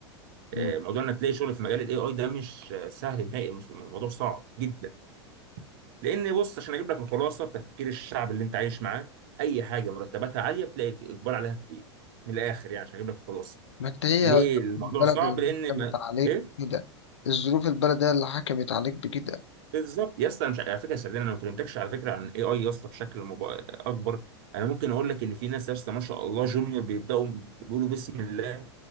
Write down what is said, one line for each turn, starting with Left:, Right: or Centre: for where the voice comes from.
Left: مم.
Right: آه، موضوع انك تلاقي شغل في مجال الاي اي ده مش آه، سهل نهائي مش- الموضوع صعب جدا لان بص عشان اجيب لك الخلاصه تفكير الشعب اللي انت عايش معاه اي حاجه مرتباتها عاليه بتلاقي الاقبال عليها كبير من الاخر يعني عشان اجيب لك الخلاصه
Left: ما انت هي
Right: ليه الموضوع
Left: البلد
Right: صعب
Left: اللي
Right: لان
Left: حكمت
Right: ما...
Left: عليك
Right: ايه
Left: بكده الظروف البلد هي اللي حكمت عليك بكده ان
Right: بالظبط يا اسطى أنا مش على فكره صدقني انا ما كلمتكش على فكره عن اي اي يا اسطى بشكل مب... اكبر انا ممكن اقول لك ان في ناس يا اسطى ما شاء الله جونيور بيبداوا بيقولوا بسم الله